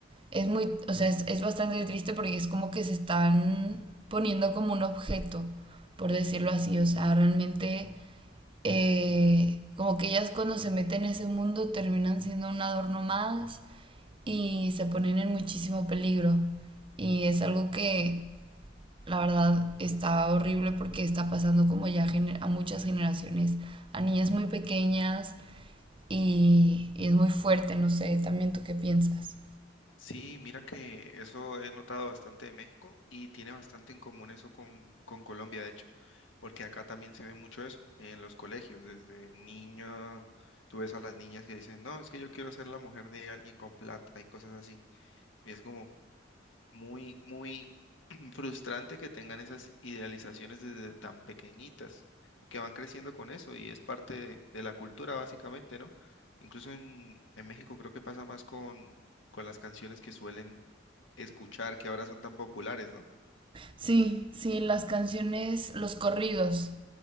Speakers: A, on the right; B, on the left.
A: es muy, o sea, es, es bastante triste porque es como que se están poniendo como un objeto, por decirlo así, o sea, realmente eh, como que ellas cuando se meten en ese mundo terminan siendo un adorno más y se ponen en muchísimo peligro. Y es algo que la verdad está horrible porque está pasando como ya a muchas generaciones, a niñas muy pequeñas y, y es muy fuerte, no sé, también tú qué piensas.
B: Sí, mira que eso he notado bastante de México y tiene bastante en común eso con, con Colombia, de hecho, porque acá también se ve mucho eso en los colegios. Desde niña, tú ves a las niñas que dicen, no, es que yo quiero ser la mujer de alguien con plata y cosas así. Y es como muy, muy frustrante que tengan esas idealizaciones desde tan pequeñitas, porque van creciendo con eso y es parte de, de la cultura básicamente, ¿no? Incluso en, en México creo que pasa más con, con las canciones que suelen escuchar, que ahora son tan populares, ¿no?
A: Sí, sí, las canciones, los corridos,